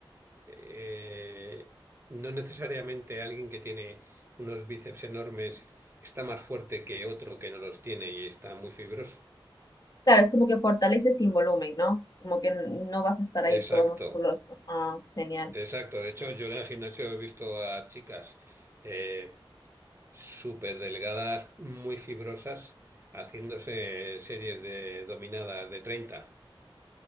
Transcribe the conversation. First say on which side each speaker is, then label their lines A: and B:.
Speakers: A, on the right (about 30°); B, on the left (about 45°).
A: eh, no necesariamente alguien que tiene unos bíceps enormes está más fuerte que otro que no los tiene y está muy fibroso.
B: Claro, es como que fortalece sin volumen, ¿no? Como que n- no vas a estar ahí
A: Exacto,
B: todo musculoso. Ah, genial.
A: exacto. De hecho, yo en el gimnasio he visto a chicas eh, súper delgadas, muy fibrosas, haciéndose series de dominadas de 30